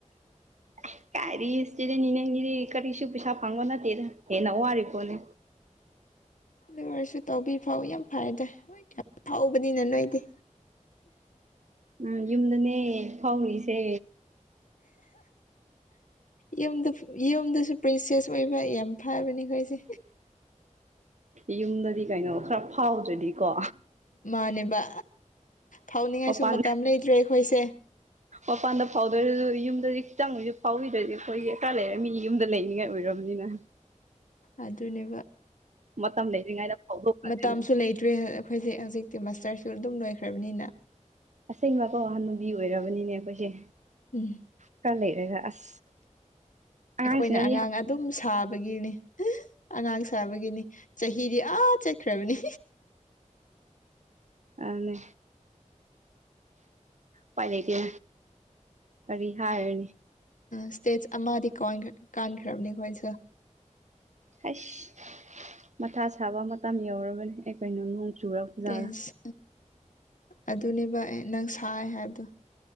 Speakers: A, on the right; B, on the left.
A: <inaudible> ꯀꯔꯤꯇꯗꯤ ꯅꯅꯦꯒꯤꯗꯤ ꯀꯔꯤꯁꯨ ꯄꯩꯁꯥ ꯐꯪꯕ ꯅꯠꯇꯦꯗ ꯍꯦꯟꯅ ꯋꯥꯦ ꯄꯣꯅꯦ
B: ꯑꯗꯨ ꯑꯣꯏꯔꯁꯨ ꯇꯧꯕꯤ ꯐꯥꯎ ꯌꯥꯝ ꯐꯔꯦ ꯑꯗꯨꯣꯏ ꯌꯥꯝ ꯐꯥꯎꯕꯅꯤꯅ ꯅꯣꯏꯗꯤ
A: ꯎꯝ ꯌꯨꯝꯗꯅꯦ ꯐꯥꯎꯔꯤꯁꯦ
B: ꯌꯨꯝꯗ ꯌꯨꯝꯗꯁꯨ ꯄ꯭ꯔꯤꯟꯁꯦꯁ ꯑꯣꯏꯕ ꯌꯥꯝ ꯐꯥꯕꯅꯦꯈꯣꯏꯁꯦ
A: ꯌꯨꯝꯗꯗꯤ ꯀꯩꯅꯣ ꯈꯔ ꯐꯥꯎꯗ꯭ꯔꯗꯤꯀꯣ
B: ꯃꯥꯅꯤꯕ ꯐꯥꯎꯅꯤꯡꯉꯥꯏꯁꯨ
A: ꯃꯄꯥꯟ
B: ꯃꯇꯝ ꯂꯩꯇ꯭ꯔꯦ ꯑꯩꯈꯣꯏꯁꯦ
A: ꯃꯄꯥꯟꯗ ꯐꯥꯎꯗ꯭ꯔꯁꯨ ꯌꯨꯝꯗꯗꯤ ꯈꯤꯇꯪꯁꯨ ꯐꯥꯎꯕꯤꯗ꯭ꯔꯗꯤ ꯑꯩꯈꯣꯏꯒꯤ ꯀꯀꯥ ꯂꯩꯔ ꯃꯤ ꯌꯨꯝꯗ ꯂꯩꯅꯤꯉꯥꯏ ꯑꯣꯏ ꯔꯝꯅꯤꯅ
B: ꯑꯗꯨꯅꯦꯕ
A: ꯃꯇꯝ ꯂꯩꯔꯤꯉꯩꯗ ꯐꯥꯎꯗꯣꯛꯈ꯭ꯔꯗꯣꯏꯅꯤ
B: ꯃꯇꯝꯁꯨ ꯂꯩꯇ꯭ꯔꯤ ꯑꯩꯈꯣꯏꯁꯦ ꯍꯧꯖꯤꯛꯇꯤ ꯃꯥꯁꯇꯔ ꯁ ꯑꯗꯨꯝ ꯂꯣꯏꯈ꯭ꯔꯕꯅꯤꯅ
A: ꯑꯁꯦꯡꯕꯀꯣ ꯋꯥꯍꯟ ꯅꯨꯨꯕꯤ ꯑꯣꯏꯔꯕꯅꯤꯅꯦ ꯑꯩꯈꯣꯏꯁꯦ
B: ꯎꯝ
A: ꯈꯔ ꯂꯩꯔꯒ ꯑꯁ ꯑꯉꯥꯡꯁꯤꯅꯗꯤ
B: ꯑꯩꯈꯣꯏꯅ ꯑꯉꯥꯡ ꯑꯗꯨꯝ ꯁꯥꯕꯒꯤꯅꯤ ꯑꯉꯥꯡ ꯁꯥꯕꯒꯤꯅꯤ ꯆꯍꯤꯗꯤ ꯑꯥ ꯆꯠꯈ꯭ꯔꯕꯅꯤ
A: ꯑꯅꯤ ꯄꯥꯏ ꯂꯩꯀꯦ ꯀꯔꯤ ꯍꯥꯏꯔꯅꯤ
B: ꯏꯁꯇꯦꯖ ꯑꯃꯗꯤ ꯀꯥꯟꯈ꯭ꯔꯕꯅꯤ ꯈꯣ ꯑꯩꯁꯦ
A: ꯍꯁ ꯃꯊꯥ ꯁꯥꯕ ꯃꯇꯝ ꯌꯧꯔꯕꯅꯤ ꯑꯦ ꯀꯩꯅꯣ ꯅꯣꯡ ꯆꯔꯖꯔ
B: ꯇꯦꯟꯁ ꯑꯗꯨꯅꯦꯕ ꯑꯦ ꯅꯪ ꯁꯥꯏ ꯍꯥꯏꯕꯗꯣ